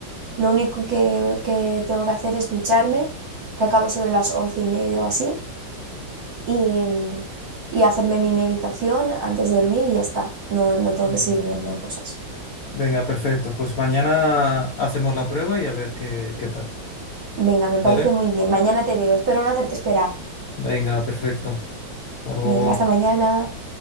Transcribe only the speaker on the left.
Venga.
Venga, perfecto. Pues mañana hacemos la prueba y a ver qué, qué tal.
¿Vale?
Venga, perfecto. Hasta luego.